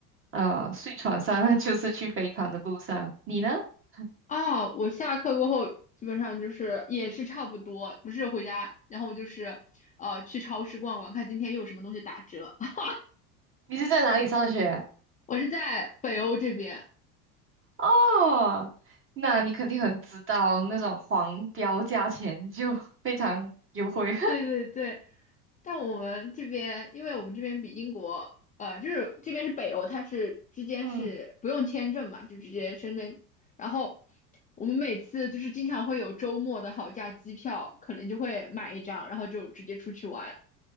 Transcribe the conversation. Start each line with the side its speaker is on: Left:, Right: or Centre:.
Right: 呃，睡床上 <laughs> 那就是去飞盘的路上。你呢？<laughs>
Left: 啊，我下课过后基本上就是也是差不多，不是回家，然后就是呃去超市逛逛，看今天又有什么东西打折。<laughs>
Right: 你是在哪里上学？
Left: 我是在北欧这边，
Right: 哦，那你肯定很知道那种黄标价钱就 <laughs> 非常优惠。
Left: 对对对，但我们这边，因为我们这边比英国，呃，就是这边是北欧，它是之间是不用签证嘛，
Right: <laughs> 嗯，
Left: 就直接申根。然后我们每次就是经常会有周末的好价机票，可能就会买一张，然后就直接出去玩